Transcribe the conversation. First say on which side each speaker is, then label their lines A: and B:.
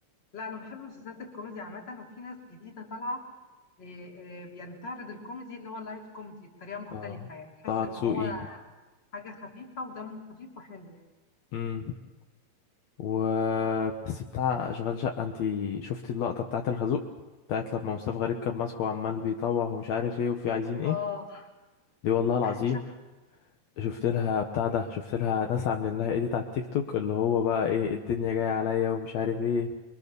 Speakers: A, on the left; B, on the left.
A: لا انا بحب مسلسلات الكوميدي عامة وفي ناس جديدة طالعة إيه إيه يعني بتعرض الكوميدي اللي هو اللايت كوميدي بطريقة مختلفة
B: اه
A: يعني تحس
B: طه
A: ان
B: دسوقي
A: هو حاجة خفيفة ودمه خفيف وحلو يعني
B: امم و بس بتاع اشغال شقة انتي شفتي اللقطة بتاعت الخازوق بتاعت لما مصطفى غريب كان ماسكه وعمال بيطوع ومش عارف ايه وفي عايزين ايه
A: اه
B: دي والله العظيم
A: شفت
B: شفت لها بتاع ده شفت لها ناس عاملين لها ايديت على التيك توك اللي هو بقى ايه الدنيا جاية عليا ومش عارف ايه